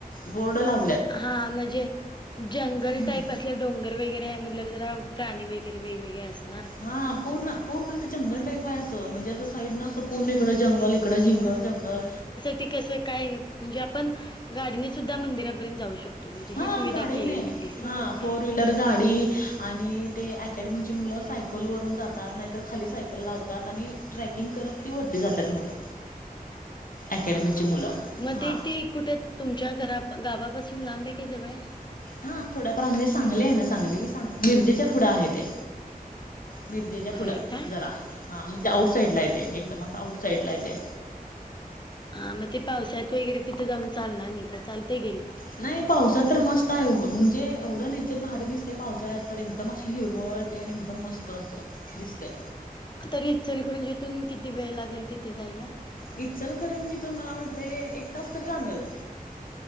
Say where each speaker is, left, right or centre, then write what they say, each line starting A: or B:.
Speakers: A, on the left (about 65°); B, on the left (about 30°).
A: बोर्ड ला.
B: हा म्हणजे जंगल
A: हम्म.
B: टाईप अस. हे डोंगर वेगैरे आहे म्हणर जरा प्राणी वेगैरे वेगवेगळे असणार.
A: हां पूर्ण. पूर्ण असं जंगल टाईप आहे असं म्हणजे असं साईड न असं पूर्ण इकडं जंगल इकड जिंगल जंगल.
B: ते कस काय म्हणजे आपण गाडीने सुद्धा मंदिरापर्यंत जाऊ शकतो. म्हणजे
A: हा
B: ही सुविधा
A: गाडी
B: केली
A: नाही
B: म्हणलीस ना
A: हा
B: तू आता
A: फोर व्हीलर गाडी
B: हम्म.
A: आणि ते ऍ अकॅडमीची मुलं सायकलवरून जातात नाहीतर खाली सायकल लावतात आणि ट्रेकिंग करत ती वरती जातात मुलं. अकॅडमीची
B: हा हा
A: मुलं
B: मग
A: हा
B: ते ते कुठे तुमच्या घरा गावापासून लांब आहे काय जवळ हाय.
A: हा थोड्याफार म्हणजे चांगले आहे ना चांगली मिरजेच्या फुडं आहे ते मिरजेच्या पुढं
B: होय का
A: जरा हा म्हणजे आउट साईड ला येते
B: हम्म
A: एकदम
B: हम्म
A: आउट साईड ला येते.
B: हा मग ते पावस्याात वगैरे तिथे जाऊन चालणार नाही का चालते गेले. तरी
A: नाही पावसाात तर मस्त आहे वं म्हणजे एवढं नेचर भारी दिसते पावसाळ्यात तर एकदम अशी हिरवळ. टन एकदम मस्त असं दिसत आहे.
B: तरी चलीकडून जिथून किती वेळ लागेल तिथे जायला.
A: इ चल करणजी तू मला वाटते एक तास तरी लागल.